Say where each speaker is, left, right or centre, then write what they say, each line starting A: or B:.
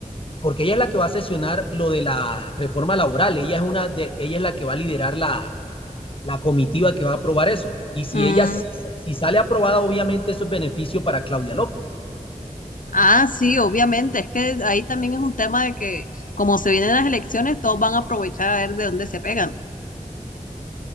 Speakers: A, on the left (about 40°); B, on the left (about 80°).
A: porque ella es la que va a sesionar lo de la reforma laboral, ella es, una de, ella es la que va a liderar la, la comitiva que va a aprobar eso. Y si
B: Mm,
A: ella si, si sale aprobada, obviamente eso es beneficio para Claudia López.
B: Ah, sí, obviamente, es que ahí también es un tema de que como se vienen las elecciones, todos van a aprovechar a ver de dónde se pegan.